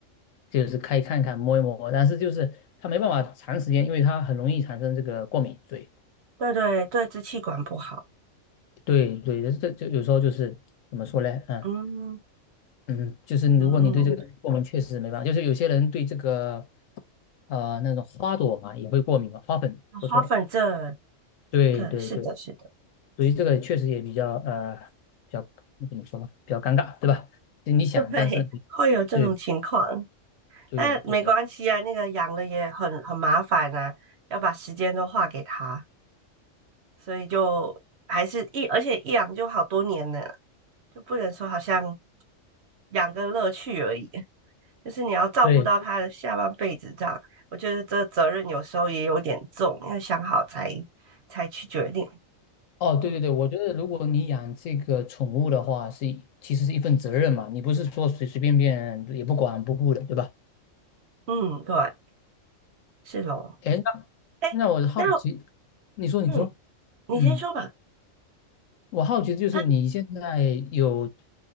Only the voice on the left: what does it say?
就是可以看看摸一摸，但是就是他没办法长时间，因为他很容易产生这个过敏。对
对对，这就有时候就是怎么说呢？嗯
嗯，就是如果你对这个过敏，
确实没办法。就是有些人对这个呃那种花朵嘛也会过敏嘛，花粉说错了。
对对对
所以这个确实也比较呃比较怎么说呢，比较尴尬，对吧？就你想，
但是你对
对呀、
对呀、
对
哦，对对对，
我觉得如果你养这个宠物的话，是一其实是一份责任嘛，你不是说随随便便也不管不顾的，对吧？
哎，那那我好奇，
你说你说，
嗯，我好奇的就是你现在有